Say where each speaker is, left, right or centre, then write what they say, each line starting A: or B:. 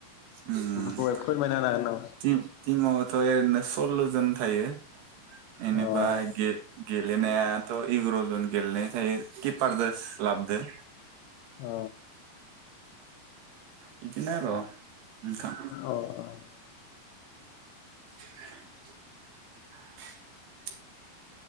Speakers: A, on the right; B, on the left.
A: उम
B: बेफोरखौ फोरमायना होनो
A: थिमावथ' एरैनो सल्ल' जन थायो बेनिफ्राय
B: हागोन
A: गे गेत गेलेनायाथ' इग्र' जन गेलेनाय थायो किपारजों लाबदो
B: अ
A: बिदिनो आरो‌ नोंथां
B: अ ओमफ्राय
A: <inaudible>